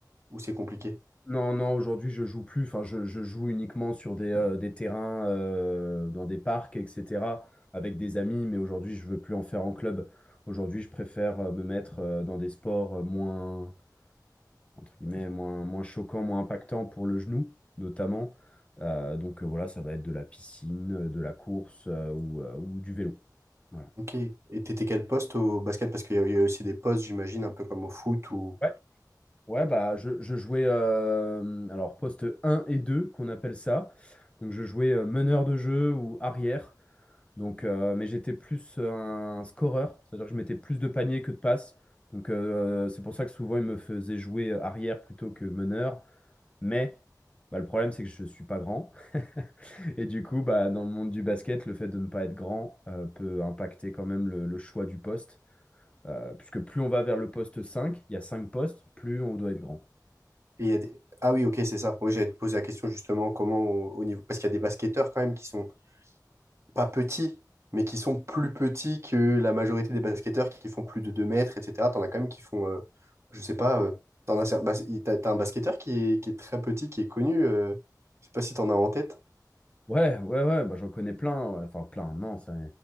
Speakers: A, on the right (about 40°); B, on the left (about 15°).
A: ou c'est compliqué?
B: Non, non, aujourd'hui, je joue plus. Enfin, je, je joue uniquement sur des, euh, des terrains, euh, dans des parcs, etc., avec des amis. Mais aujourd'hui, je veux plus en faire en club. Aujourd'hui, je préfère euh, me mettre euh, dans des sports euh, moins entre guillemets, moins, moins choquant, moins impactant pour le genou, notamment. Euh, donc euh, voilà, ça va être de la piscine, euh, de la course euh, ou, euh, ou du vélo. Voilà.
A: Ok. Et t'étais quel poste au basket? Parce qu'il y a il y a aussi des postes, j'imagine, un peu comme au foot ou.
B: Ouais. Ouais, bah je, je jouais euh, alors poste un et 2 qu'on appelle ça. Donc je jouais euh, meneur de jeu ou arrière. Donc euh, mais j'étais plus euh, un scoreur c'est-à-dire que je mettais plus de paniers que de passes. Donc euh, c'est pour ça que souvent ils me faisaient jouer euh, arrière plutôt que meneur. Mais bah, le problème, c'est que je ne suis pas grand. <laughs> Et du coup, bah, dans le monde du basket, le fait de ne pas être grand euh, peut impacter quand même le, le choix du poste. Euh, puisque plus on va vers le poste cinq, il y a 5 postes, plus on doit être grand.
A: et il y a des... Ah oui, ok, c'est ça. Moi, j'allais te poser la question justement comment au, au niveau. Parce qu'il y a des basketteurs quand même qui sont pas petits, mais qui sont plus petits que la majorité des basketteurs qui font plus de 2 mètres, etc. T'en as quand même qui font, euh, je sais pas, euh, t'en as, cer- bas- t'as, t'as un basketteur qui est, qui est très petit, qui est connu, euh, je sais pas si t'en as en tête.
B: Ouais, ouais, ouais, bah, j'en connais plein. ouais. Enfin, plein, non. ça-